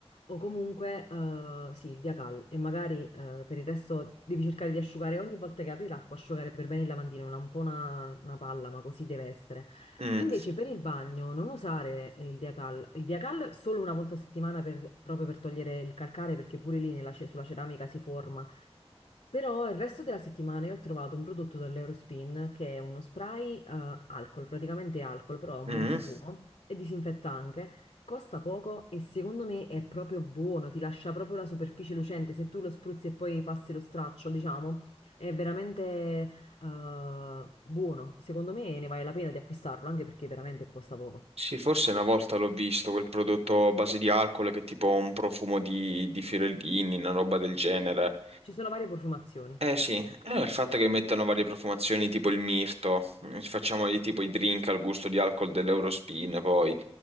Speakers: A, on the left; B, on the right.
A: o comunque eh, sì, il Via Cal e magari eh, per il resto devi cercare di asciugare ogni volta che apri l'acqua, asciugare per bene il lavandino, è una- un po' una, una palla, ma così deve essere.
B: mm,
A: Invece per il bagno non usare il Via Cal, il Via Cal solo una volta a settimana per- proprio per togliere il calcare perché pure lì nella ce- sulla ceramica si forma. Però il resto della settimana io ho trovato un prodotto dall'Eurospin che è uno spray eh, alcol, praticamente alcol, però ha un
B: mm.
A: buon profumo e disinfetta anche. Costa poco e secondo me è proprio buono, ti lascia proprio la superficie lucente. Se tu lo spruzzi e poi passi lo straccio, diciamo, è veramente eh, buono. Secondo me ne vale la pena di acquistarlo, anche perché veramente costa poco.
B: Sì, forse una volta l'ho visto, quel prodotto a base di alcol che è tipo un profumo di, di fiorellini, una roba del genere.
A: Ci sono varie profumazioni.
B: Eh sì, eh, il fatto che mettono varie profumazioni tipo il mirto, eh, facciamo di tipo i drink al gusto di alcol dell'Eurospin, poi